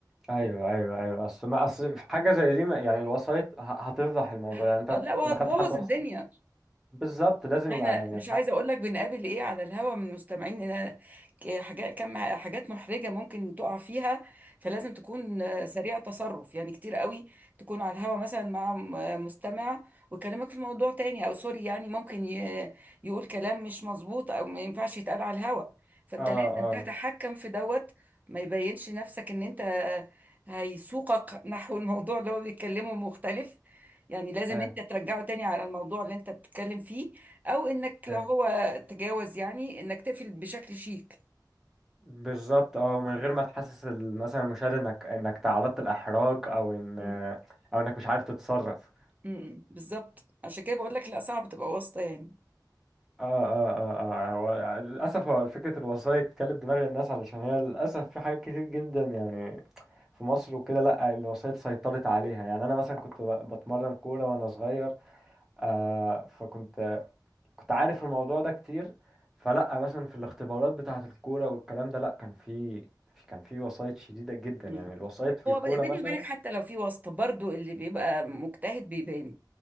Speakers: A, in the centre; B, on the right.
A: أيوه أيوه أيوه أصل ما أصل في حاجة زي دي ما- يعني الوسايط ه- هتفضح الموضوع
B: هت...
A: يعني أنت
B: لا وهتبوظ
A: لو دخلت حد وسط
B: الدنيا
A: بالظبط لازم
B: احنا
A: يبقى يعني
B: مش عايزه اقول لك بنقابل ايه على الهوا من مستمعين ان حاجات كم حاجات محرجه ممكن تقع فيها فلازم تكون آه، سريع تصرف يعني كتير قوي تكون على الهوا مثلا مع م- آه، مستمع ويكلمك في موضوع تاني او سوري يعني ممكن ي- يقول كلام مش مظبوط او ما ينفعش يتقال على الهوا فانت
A: اه
B: لازم
A: اه
B: تتحكم في دوت ما يبينش نفسك ان انت هيسوقك نحو الموضوع اللي هو بيتكلمه مختلف يعني لازم
A: اي
B: انت ترجعه تاني على الموضوع اللي انت بتتكلم فيه او انك لو
A: اي
B: هو تجاوز يعني انك تقفل بشكل شيك
A: بالظبط اه ومن غير ما تحسس ال- مثلا المشاهد انك انك تعرضت الاحراج او ان
B: مم.
A: او انك مش عارف تتصرف
B: امم بالظبط عشان كده بقول لك لا صعب تبقى واسطة يعني
A: اه اه اه اه هو للاسف هو فكره الوسايط كلت دماغ الناس علشان هي للاسف في حاجات كتير جدا يعني في مصر وكده لا الوسايط سيطرت عليها يعني انا مثلا كنت ب- بتمرن كوره وانا صغير آه فكنت كنت عارف الموضوع ده كتير فلا مثلا في الاختبارات بتاعة الكورة والكلام ده لا كان في في- كان في وسايط شديدة جدا
B: مم.
A: يعني الوسايط في
B: هو
A: الكورة
B: ب- بيني
A: مثلا
B: وبينك حتى لو في واسطة برضو اللي بيبقى مجتهد بيبان